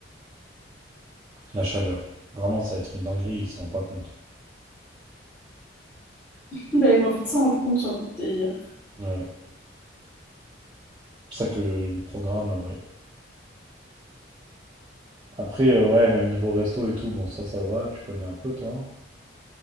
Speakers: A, on the right; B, on the left.
A: La chaleur. Vraiment, ça va être une dinguerie, ils s'en rendent pas compte.
B: Bah ils vont vite s'en rendre compte, j'ai envie de te dire.
A: Ouais. C'est pour ça que le, le programme, euh, ouais. Après, euh, ouais, même niveau resto et tout, bon, ça, ça va, tu connais un peu, toi. hein.